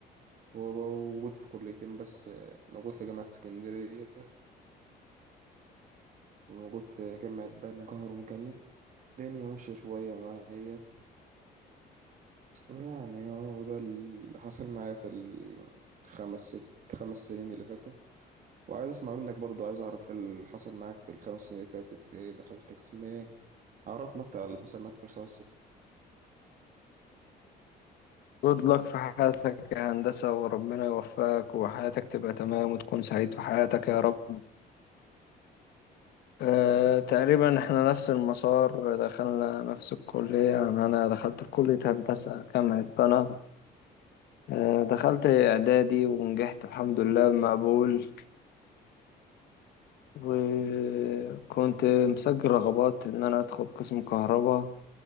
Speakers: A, on the right; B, on the left.
A: هو موجود في كليتين بس موجود في جامعة اسكندرية وموجود في جامعة بنها كهرو ميكانيك الدنيا ماشية شوية معايا اهيت يعني هو ده اللي حصل معايا في الخمس ست خمس سنين اللي فاتوا وعايز اسمع منك برضو عايز اعرف إيه اللي حصل معاك في الخمس سنين اللي فاتت ايه دخلت قسم ايه عرفنا اكتر على اللي حصل معاك في الخمس سنين
B: جود لك في حياتك يا هندسة وربنا يوفقك وحياتك تبقى تمام وتكون سعيد في حياتك يا رب أه تقريبا احنا نفس المسار دخلنا نفس الكلية يعني أنا دخلت في كلية هندسة جامعة طنعا أه دخلت إعدادي ونجحت الحمد لله بمقبول وكنت مسجل رغبات إن أنا أدخل قسم كهرباء